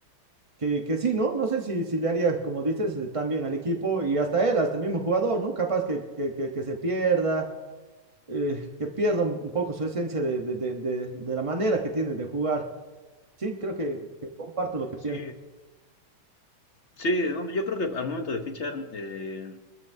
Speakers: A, on the right; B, on the left.
A: que, que sí, ¿no? No sé si, si le haría, como dices, eh, tan bien al equipo y hasta él, hasta el mismo jugador, ¿no? Capaz que, que, que que se pierda eh, que pierda un, un poco su esencia de, de- de- de- de la manera que tiene de jugar. Sí, creo que, que comparto lo que
B: Sí,
A: pienso.
B: sí, no, yo creo que al momento de fichar, eh,